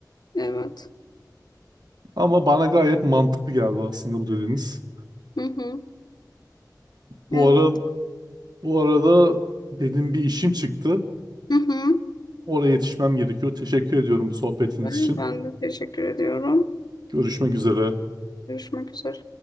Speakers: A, on the left (about 70°); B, on the right (about 70°).
A: Evet.
B: Ama bana gayet mantıklı geldi aslında bu dediğiniz.
A: Hı hı.
B: Bu
A: Evet.
B: ara bu arada benim bir işim çıktı.
A: Hı hı.
B: Oraya yetişmem gerekiyor. Teşekkür ediyorum bu sohbetiniz
A: Ben
B: için.
A: ben de teşekkür ediyorum.
B: Görüşmek üzere.
A: Görüşmek üzere.